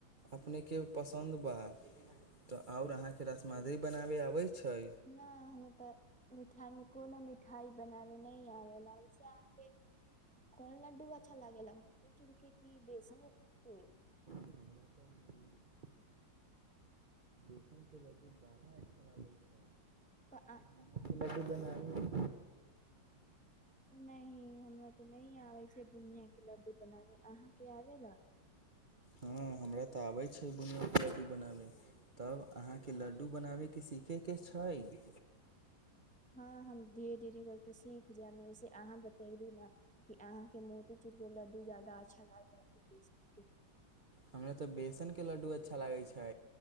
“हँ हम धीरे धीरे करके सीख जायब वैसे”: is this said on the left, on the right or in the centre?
Centre